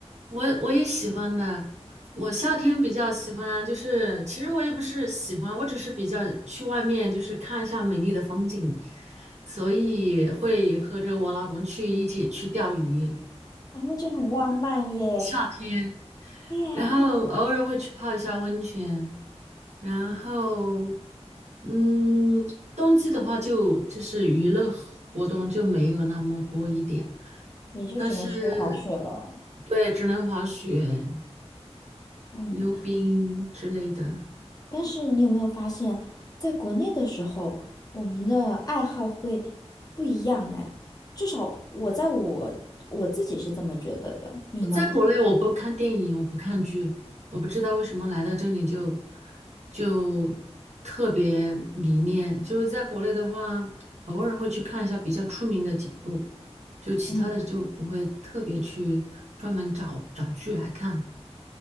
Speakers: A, on the right; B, on the left.
A: 我我也喜欢的，我夏天比较喜欢，就是其实我也不是喜欢，我只是比较去外面就是看一下美丽的风景，所以会和着我老公去一起去钓鱼，
B: 啊，那就很浪漫耶。
A: 夏天，
B: 对呀，
A: 然后偶尔会去泡一下温泉，然后
B: 嗯
A: 嗯，冬季的话就就是娱乐活动就没有那么多一点，
B: 也就只能去滑雪了。
A: 但是对，只能滑雪、
B: 嗯。
A: 溜冰之类的。
B: 但是你有没有发现，在国内的时候，我们的爱好会不一样哎，至少我在我我自己是这么觉得的，你呢？
A: 我在国内我不看电影，我不看剧，我不知道为什么来到这里就就特别迷恋。就是在国内的话，偶尔会去看一下比较出名的几部，就其他的就不会特别去专门找找剧来看
B: 嗯，